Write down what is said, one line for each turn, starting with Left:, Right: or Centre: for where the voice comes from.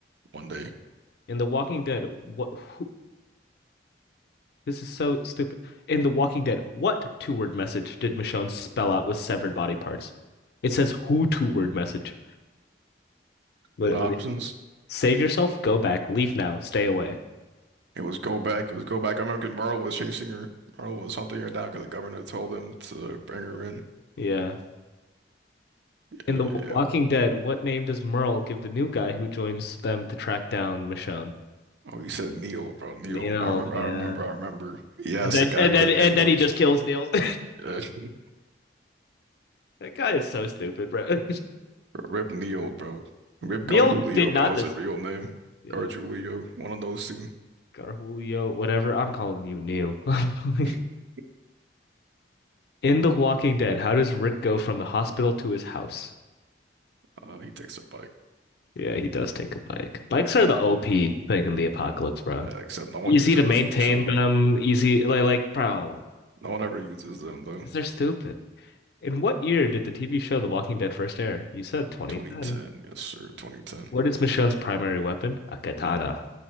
Right: one day.
Left: In The Walking Dead, what? Who, this is so stupid. In The Walking Dead, what two-word message did Michonne spell out with severed body parts? It says who two-word message. What,
Right: The
Left: what
Right: options.
Left: Save yourself, go back, leave now, stay away.
Right: It was go back. It was go back. I remember 'cause Merle was chasing her. Merle was hunting her down because the governor told him to bring her in.
Left: Yeah. In
Right: Yeah,
Left: The
Right: yeah.
Left: Walking Dead, what name does Merle give the new guy who joins them to track down Michonne?
Right: Oh, you said Neil, bro. Neil.
Left: Neil,
Right: I remember.
Left: yeah.
Right: I remember. I remember. He asked
Left: And then
Right: the guy
Left: and
Right: what
Left: then
Right: his
Left: and
Right: name
Left: then
Right: was.
Left: he just kills Neil. <laughs>
Right: Yeah. <laughs>
Left: That guy is so stupid, bro.
Right: Rip Neil, bro.
Left: <laughs>
Right: Rip
Left: Neil
Right: Garjulio,
Left: did
Right: bro.
Left: not
Right: That was
Left: this.
Right: his real name.
Left: Yeah,
Right: Garjulio, One of those two.
Left: Garhulio, whatever. I'm calling you Neil.
Right: <laughs>
Left: <laughs> In The Walking Dead, how does Rick go from the hospital to his house?
Right: Uh, he takes a bike.
Left: Yeah, he does take a bike. Bikes are the OP thing in the apocalypse, bro.
Right: Uh, except no one
Left: Easy
Right: uses
Left: to maintain
Right: them in the show.
Left: them, easy like like bro,
Right: No one ever uses them though.
Left: 'cause they're stupid. In what year did the TV show The Walking Dead first air? You said 2010.
Right: 2010, yes sir. 2010,
Left: What is Michonne's primary weapon? A katana.